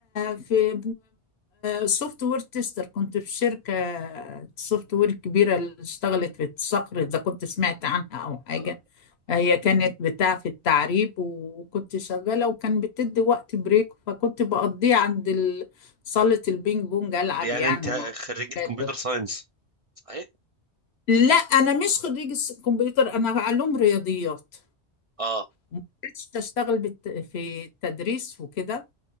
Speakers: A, on the left (about 70°); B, on the right (about 50°).
A: في سوفت وير تيستر كنت في شركة سوفت وير كبيرة اللي اشتغلت في الصقر إذا كنت سمعت عنها أو حاجة
B: آه،
A: هي كانت بتاع في التعريب وكنت شغالة وكان بتدي وقت بريك فكنت بقضيه عند ال- صالة البينج بونج ألعب
B: يعني
A: يعني
B: أنت
A: مع
B: خريجة
A: أولاده
B: كمبيوتر ساينس صحيح؟
A: لا أنا مش خريجة كمبيوتر أنا علوم رياضيات
B: آه
A: ما كنتش أشتغل بالت- في التدريس وكده